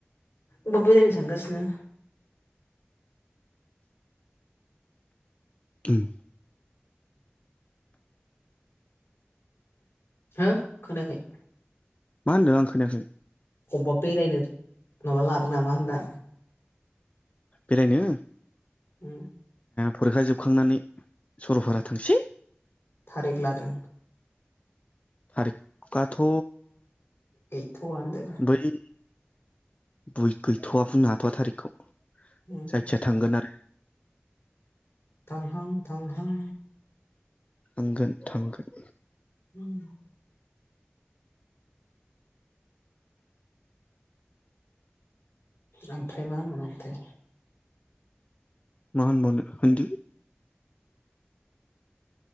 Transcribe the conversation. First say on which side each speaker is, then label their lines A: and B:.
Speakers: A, on the left (about 80°); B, on the left (about 35°).
A: अबाव बेरायनो सानगासिनो
B: उम
A: हो खोनायाखै?
B: मा होनदों आं खोनायाखै?
A: अबावबा बेरायनो माबा लादों नामा? होनदों आं।
B: बेरायनो
A: उम
B: फरिखा जोबखांनानै सरलपारा थांसै।
A: थारिक लादों।
B: थारिकआथ'
A: गैथ'आ होनदों
B: बै बय गैथ'आ बुंनो हाथ'वा थारिखखौ
A: ह <unintelligible>
B: जायखिया थांगोन आरो
A: थांहां थांहां
B: थांगोन थांगोन
A: <inaudible> ओमफ्राय मा होनबाव नांगौथाय
B: मा होनबावनो होनदो